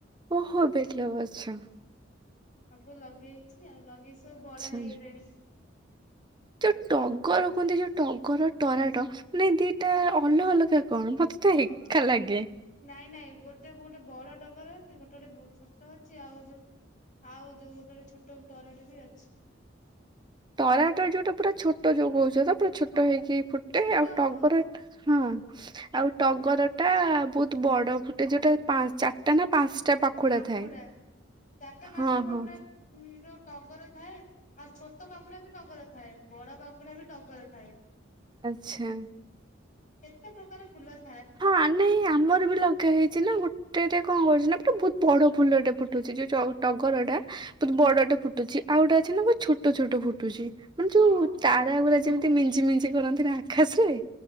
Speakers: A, on the right; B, on the left.
A: ଓହୋ ବେଲ ଗଛ ।
B: ସବୁ ଲଗେଇଛି ଆଉ, ଲଗେଇ ସବୁ
A: ଆଛା
B: ବଡ ହେଇଗଲେଣି ।
A: ଯୋଉ ଟଗର କୁହନ୍ତି, ଯୋଉ ଟଗର ଟରାଟ, ମାନେ ଦିଟା ଅଲଗା ଅଲଗା କଣ ମତେ ତ
B: ହଁ
A: ଏକା
B: ହଁ,
A: ଲାଗେ।
B: ନାଇଁ ନାଇଁ, ଗୋଟେ ବୋଟେ ଗୋଟେ ବଡ ଟଗର ଅଛି, ଗୋଟେ ଗୋଟେ ଛୋଟ ଅଛି, ଆଉ ଯୋଉ ଆଉ ଯୋଉ ଗୋଟେ ଛୋଟ ତରାଟ ବି ଅଛି ।
A: ଟରାଟ ଯୋଉଟା ପୁରା ଛୋଟ, ଯୋଉ କହୁଛ ତ ପୁରା ଛୋଟ ଫଟ ହେଇକି ଫୁଟେ
B: ଛୋଟ
A: ଆଉ ଟଗର,
B: ହଁ
A: ହଁ ଆଉ ଟଗର ଟା ବହୁତ ବଡ ଫୁଟେ ଯୋଉଟା ଚାରିଟା, ନା ପାଞ୍ଚଟା ପାଖୁଡା
B: ପାଖୁଡ଼ା,
A: ଥାଏ।
B: ଚାରିଟା ପାଞ୍ଚଟା
A: ହଁ
B: ପାଖୁଡ଼ା
A: ହଁ
B: ଟଗର ଥାଏ, ଆଉ ଛୋଟ ପାଖୁଡା ବି ଟଗର ଥାଏ, ବଡ ପାଖୁଡା ବି ଟଗର ଥାଏ ।
A: ଆଛା।
B: କେତେ ପ୍ରକାର ଫୁଲ ଅ
A: ହଁ ନାଇ ଆମର ବି ଲଗା ହେଇଛି । ନା ଗୋଟେଟ କଣ କରୁଛି ନା ପଟେ ବହୁତ ବଡ ଫୁଲଟେ ଫୁଟୁଛି, ଯୋଉ ଟଗର ଟା ବହୁତ ବଡ ଫୁଟୁଛି, ଆଉ ଗୋଟେ ଅଛି ନା ଛୋଟ ଛୋଟ ଫୁଟୁଛି, ମାନେ ଯୋଉ
B: ହଁ
A: ତାରା ଗୁଡା ଯେମତି ମିଞ୍ଜି ମିଞ୍ଜି କରନ୍ତି ନା ଆକାଶରେ,